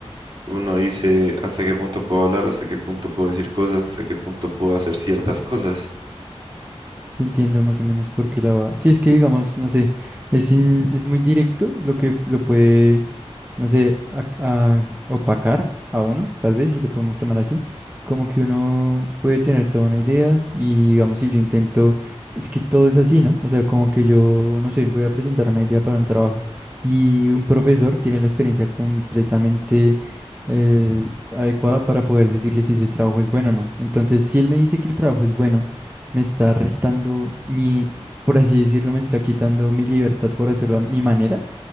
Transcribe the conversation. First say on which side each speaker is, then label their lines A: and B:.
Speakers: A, on the right (about 45°); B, on the right (about 15°).
A: uno dice hasta qué punto puedo hablar, hasta qué punto puedo decir cosas, hasta qué punto puedo hacer ciertas cosas.
B: Sí, entiendo más o menos por qué la va. Sí, es que digamos, no sé, es, in- es muy directo lo que lo puede, no sé, a- a- opacar a uno, tal vez, si lo podemos tomar así. Como que uno puede tener toda una idea y digamos, si yo intento, es que todo es así, ¿no? O sea, como que yo, no sé, voy a presentar una idea para un trabajo y un profesor tiene la experiencia completamente eh, adecuada para poder decirle si ese trabajo es bueno o no. Entonces, si él me dice que el trabajo es bueno, me está restando mi, por así decirlo, me está quitando mi libertad por hacerlo a mi manera,